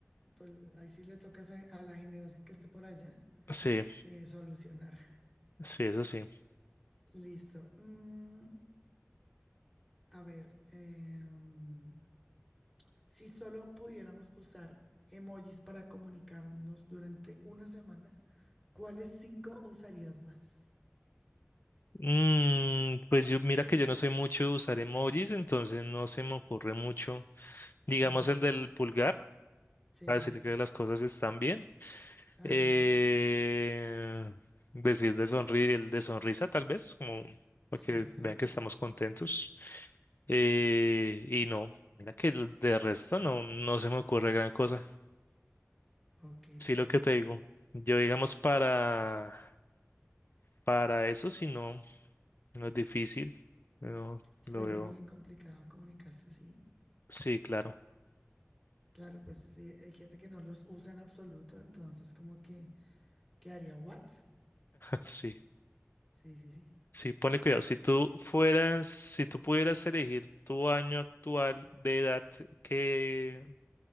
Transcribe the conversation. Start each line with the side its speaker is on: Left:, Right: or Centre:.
Centre: pues ahí sí le toca esa- a a la generación que esté por allá
Left: Sí,
Centre: eh, solucionar.
Left: sí, eso sí.
Centre: <laughs> Listo. Mm, a ver, em, Si solo pudiéramos usar emojis para comunicarnos durante una semana, ¿cuáles cinco usarías más?
Left: Mm, pues yo, mira
Centre: <laughs>
Left: que yo no soy mucho de usar emojis, entonces no se me ocurre mucho. Digamos
Centre: Ajá,
Left: el del pulgar,
Centre: sí,
Left: para decirle que las cosas están bien. Eh,
Centre: ajá,
Left: decir de sonri el de sonrisa, tal vez, como
Centre: sí,
Left: para que vean que estamos contentos. Eh, y no, mira que el de resto no, no se me ocurre gran cosa.
Centre: ok.
Left: Sí, lo que te digo. Yo, digamos, para, para eso, si no, no es difícil. No,
Centre: Sería
Left: lo veo.
Centre: bien complicado comunicarse así.
Left: Sí, claro.
Centre: Claro, pues sí, hay gente que no los usa en absoluto, entonces como que quedaría what?
Left: Sí,
Centre: Sí, sí, sí.
Left: sí, ponle cuidado. Si tú fueras, si tú pudieras elegir tu año actual de edad, ¿qué,